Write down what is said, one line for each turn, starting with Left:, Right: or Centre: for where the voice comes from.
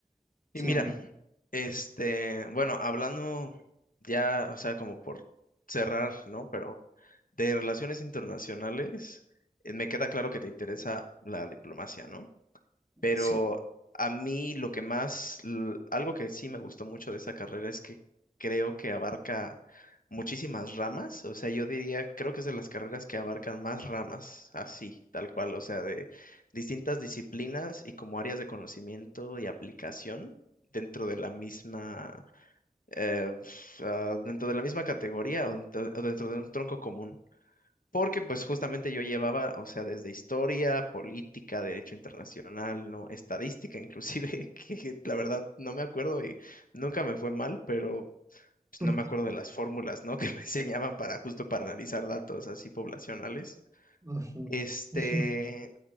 Left: Y
Right: Sí,
Left: mira,
Right: amigo.
Left: este, bueno, hablando ya, o sea, como por cerrar, ¿no? Pero de relaciones internacionales, eh, me queda claro que te interesa la diplomacia, ¿no? Pero
Right: Sí.
Left: a mí lo que más, l- algo que sí me gustó mucho de esa carrera es que creo que abarca muchísimas ramas. O sea, yo diría, creo que es de las carreras que abarcan más ramas, así, tal cual. O sea, de distintas disciplinas y como áreas de conocimiento y aplicación dentro de la misma, eh, f- ah, dentro de la misma categoría o dentro o dentro de un tronco común. Porque pues justamente yo llevaba, o sea, desde historia, política, derecho internacional, no, estadística inclusive, <laughs> que la verdad no me acuerdo y nunca me fue mal, pero pues,
Right: <laughs>
Left: no me acuerdo de las fórmulas, ¿no? <laughs> que me enseñaban para justo para analizar datos así poblacionales.
Right: Ujú.
Left: Este,
Right: <laughs>